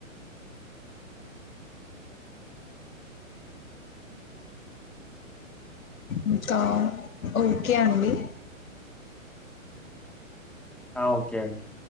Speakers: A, on the left; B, in the centre.
A: ఇంకా ఓకే అండి
B: ఆ ఓకే అండి